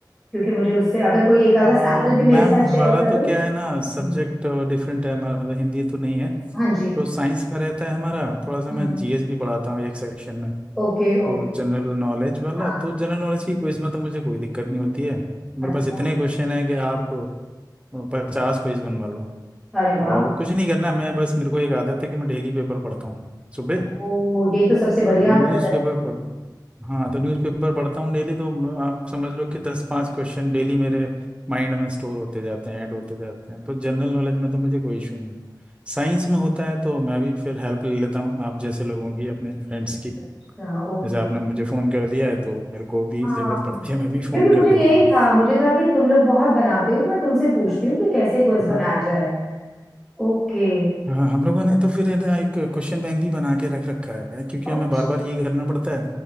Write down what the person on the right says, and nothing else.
हैं। आ,
मैम
हमारा
तो क्या है ना सब्जेक्ट
डिफरेंट है हमारा तो हिंदी तो नहीं है
तो साइंस का रहता है हमारा थोड़ा सा
मैं जीएस भी पढ़ाता हूँ एक सेक्शन में
तो
जनरल नॉलेज वाला
तो जनरल नॉलेज की क्विज में तो मुझे कोई दिक्कत नहीं होती है मेरे
पास इतने क्वेश्चन हैं कि आप पचास क्विज बनवा लो
और कुछ नहीं करना मैं बस मेरे को एक आदत है कि मैं डेली पेपर पढ़ता हूँ सुबह
न्यूज़पेपर
पढ़ता हूँ हाँ तो न्यूज़पेपर पढ़ता हूँ डेली तो म- आप समझ लो कि दस पांच क्वेश्चन डेली मेरे माइंड में स्टोर होते जाते हैं ऐड होते जाते हैं तो जनरल नॉलेज में तो मुझे कोई इशू नहीं साइंस में होता है तो मैं भी फिर हेल्प ले लेता हूँ आप जैसे लोगों की अपने फ्रेंड्स की
जैसे आपने मुझे फ़ोन कर दिया है तो मेरे को भी
ज़रूरत पड़ती है मैं भी फ़ोन
कर देता
हूँ
हाँ
हाँ, हम लोगों ने तो फिर है ना एक क्वेश्चन बैंक भी बना के रख रखा है क्योंकि हमें
बार बार ये करना पड़ता है